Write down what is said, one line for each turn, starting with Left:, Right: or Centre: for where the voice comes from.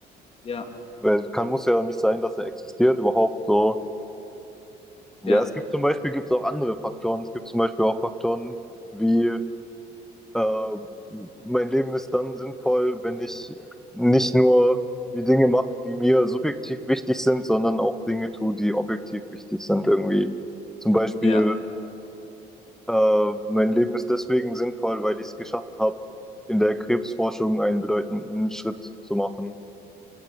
Left: Ja,
Centre: Weil kann, muss ja nicht sein, dass er existiert überhaupt so. Ja,
Left: ja,
Centre: es gibt zum Beispiel gibt's auch andere Faktoren. Es gibt zum Beispiel auch Faktoren wie, äh, mein Leben ist dann sinnvoll, wenn ich nicht nur die Dinge mache, die mir subjektiv wichtig sind, sondern auch Dinge tue, die objektiv wichtig sind irgendwie. Zum Beispiel
Left: ja.
Centre: Äh, mein Leben ist deswegen sinnvoll, weil ich es geschafft habe, in der Krebsforschung einen bedeutenden Schritt zu machen.